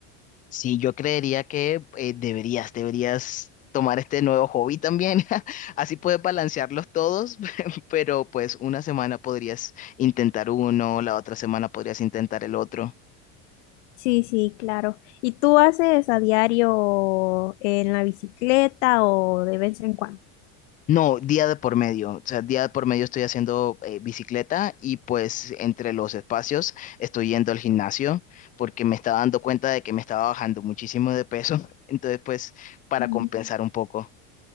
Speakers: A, on the left; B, on the left.
A: Sí, yo creería que eh, deberías, deberías tomar este nuevo hobby también. <laughs> Así puedes balancearlos todos, <laughs> pero pues una semana podrías intentar uno, la otra semana podrías intentar el otro.
B: Sí, sí, claro. ¿Y tú haces a diario en la bicicleta o de vez en cuando?
A: No, día de por medio. O sea, día de por medio estoy haciendo eh, bicicleta y pues entre los espacios estoy yendo al gimnasio porque me estaba dando cuenta de que me estaba bajando muchísimo de peso. <laughs> Entonces, pues, para
B: Mm.
A: compensar un poco.